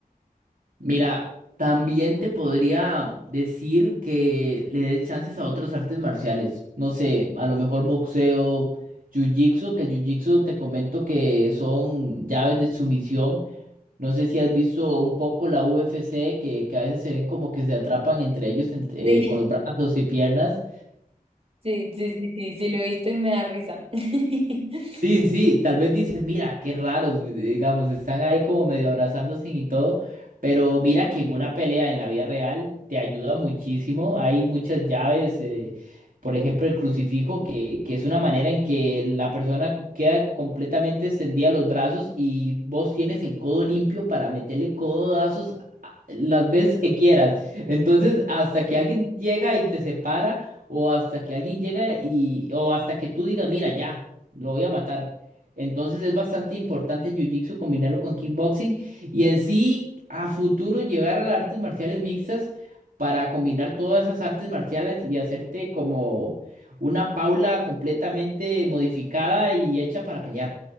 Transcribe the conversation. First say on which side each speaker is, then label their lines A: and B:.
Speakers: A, on the right; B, on the right.
A: Mira, también te podría decir que le des chances a otras artes marciales. No sé, a lo mejor boxeo, jiu-jitsu, que el jiu-jitsu te comento que son llaves de sumisión. No sé si has visto un poco la UFC, que, que a veces se ven como que se atrapan entre ellos ent- eh,
B: <laughs>
A: con los brazos y piernas.
B: Sí, sí, sí, sí, sí, sí, lo he visto y me da risa. <laughs>
A: Sí, sí, tal vez dices, mira, qué raros, digamos, están ahí como medio abrazándose y todo, pero mira que en una pelea en la vida real te ayuda muchísimo, hay muchas llaves, eh, por ejemplo, el crucifijo, que, que es una manera en que la persona cu- queda completamente extendida los brazos y vos tienes el codo limpio para meterle codazos a- las veces que quieras. Entonces, hasta que alguien llega y te separa, o hasta que alguien llega y, o hasta que tú digas, mira, ya lo voy a matar. Entonces es bastante importante el jiu-jitsu combinarlo con kickboxing y en sí a futuro llegar a las artes marciales mixtas para combinar todas esas artes marciales y hacerte como una Paula completamente modificada y hecha para pelear.